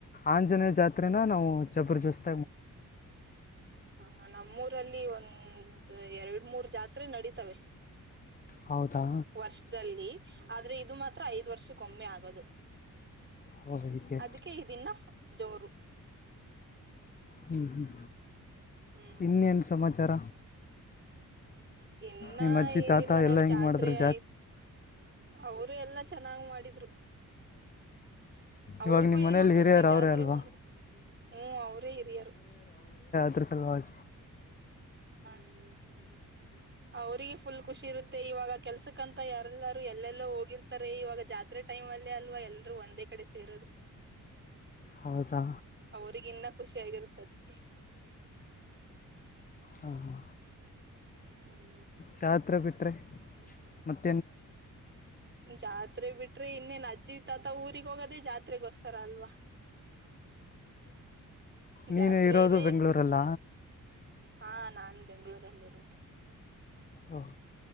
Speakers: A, on the left; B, on the right.
A: ಆಂಜನೇಯ ಜಾತ್ರೆನ ನಾವು ಪ್ರಜಸ್ತಿ
B: ಹ ನಮ್ಮ ಲ್ಲಿ ಒಂದು ಎರಡ್ ಮೂರ್ ಜಾತ್ರೆ ನಡೀತವೆ
A: ಹೌದಾ
B: ವರ್ಷದಲ್ಲಿ ಆದ್ರೆ ಇದು ಮಾತ್ರ ಐದು ವರ್ಷಕ್ಕೊಮ್ಮೆ ಆಗದು
A: ಓ ಹೀಗೆ
B: ಅದಕ್ಕೆ ಇದನ್ನ ಜೋರು
A: ಹ್ಞ ಹ್ಮಂ
B: ಹ್ಮ್
A: ಇನ್ನೇನು ಸಮಾಚಾರ
B: ಇನ್ನ
A: ನಿಮ್ಮ ಅಜ್ಜಿ
B: ಏನಿಲ್ಲ
A: ತಾತ
B: ನೋಡ
A: ಎಲ್ಲ ಹೆಂಗೆ
B: ಜಾತ್ರೆ
A: ಮಾಡಿದ್ರು
B: ಆಯ್ತು ಅವರು ಎಲ್ಲ ಚ ನಾವು ಮಾಡ್ರು ಹ ಅವ್ರಿಗೂ
A: ಇವಾಗ ನಿಮ್ಮ
B: ಏನೋ
A: ಮನೇಲಿ
B: ಖುಷಿ
A: ಹಿರಿಯರು
B: ಜಾತ್ರೆ
A: ಅವರೇ ಅಲ್ವಾ
B: ಬಂದ್ರೆ ಹ್ಮ ಅವ್ರೇ ಹಿರಿಯರು
A: ಪ್ರಸಲಾಜ
B: ಹ್ಮ ಹ್ಮ ಅವ್ರಿಗೆ ಫುಲ್ ಖುಷಿ ಇರುತ್ತೆ ಇವಾಗ ಕೆಲ್ಸಕ್ಕಂತ ಯಾರಲ್ಲಾರೂ ಎಲ್ಲೆಲ್ಲೋ ಹೋಗಿರ್ತಾರೆ ಇವಾಗ ಜಾತ್ರೆ ಟೈಮ್ ಅಲ್ಲೇ ಅಲ್ವಾ ಎಲ್ಲರೂ ಒಂದೇ ಕಡೆ ಸೇರೋದು
A: ಹೌದಾ
B: ಅವ್ರಗ ಇನ್ನ ಖುಷಿ ಆಗಿರುತ್ತ ಅದಕ್ಕೆ
A: ಹಾ ಹಾ
B: ಹ್ಮ್
A: ಜಾತ್ರೆ ಬಿಟ್ಟರೆ ಮತ್
B: ಜಾತ್ರೆ ಬಿ ಬಿಟ್ರೆ ಇನ್ನೇನ್ ಅಜ್ಜಿ ತಾತ ಊರಿಗೆ ಹೋಗೋದೇ ಜಾತ್ರೆಗೋಸ್ಕರ ಅಲ್ವಾ
A: ನೀನು
B: ಜಾತ್ರೆಯಲ್ಲಿ
A: ಇರೋದು ಬೆಂಗಳೂರಲ್ಲ
B: ಹಾ ನಾ ನ ಬೆಂಗ್ಳೂರಲ್ಲಿ ಇರೊದು
A: ಓಹ